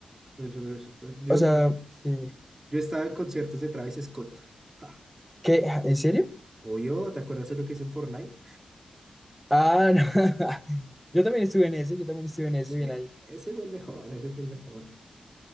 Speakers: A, on the right; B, in the centre.
A: Eso no es- Yo,
B: O sea, sí,
A: yo estaba en conciertos de Travis Scott. Ja.
B: ¿qué? ¿En serio?
A: Obvio, ¿te acuerdas de lo que hizo en Fortnite?
B: Ah, no. <laughs> Yo también estuve en ese, yo también estuve en ese,
A: Sí,
B: bien ahí.
A: ese fue el mejor, ese fue el mejor.